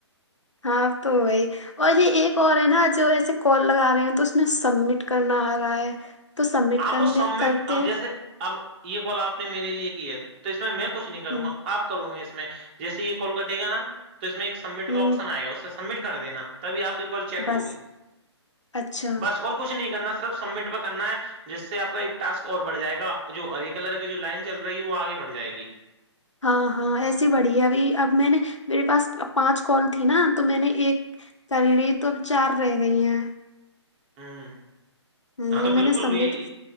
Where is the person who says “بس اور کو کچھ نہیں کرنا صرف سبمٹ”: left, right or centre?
Right